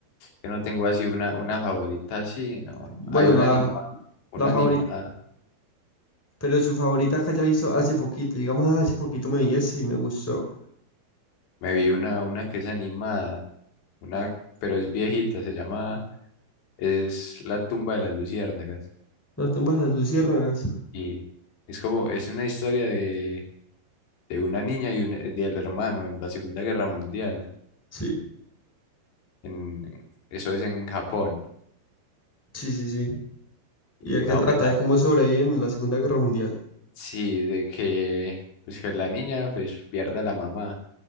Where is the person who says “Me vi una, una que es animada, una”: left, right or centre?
Left